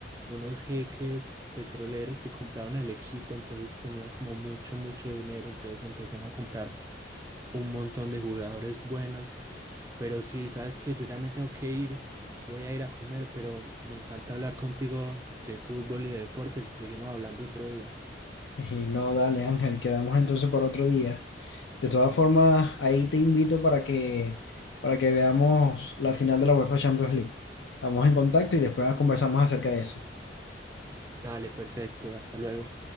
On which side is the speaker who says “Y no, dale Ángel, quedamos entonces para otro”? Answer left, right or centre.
Left